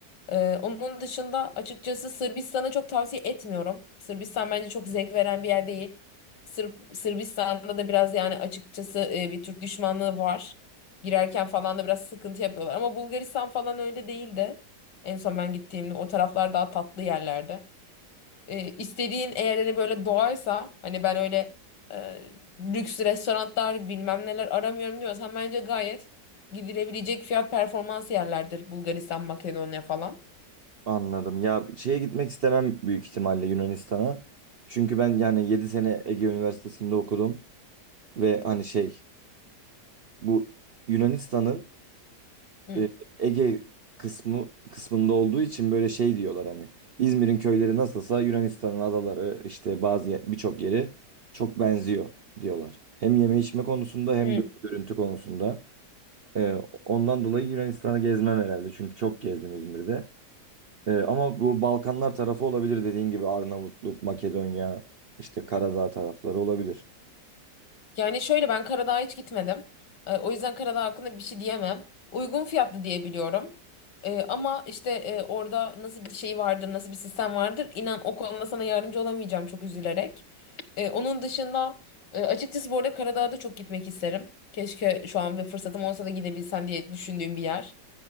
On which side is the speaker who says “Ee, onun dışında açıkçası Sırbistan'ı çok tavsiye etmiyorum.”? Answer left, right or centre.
Left